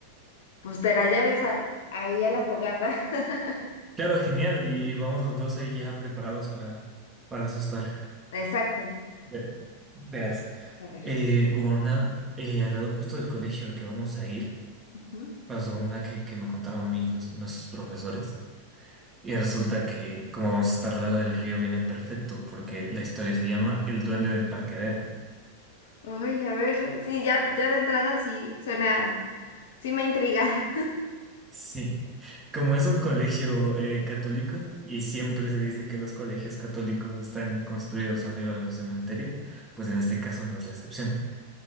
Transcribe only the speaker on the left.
pues te la lleves a, ahí a la fogata. <laughs>
Exacto.
A ver.
Ujú.
Ay, a ver, sí, ya, ya de entrada sí suena, sí me intriga.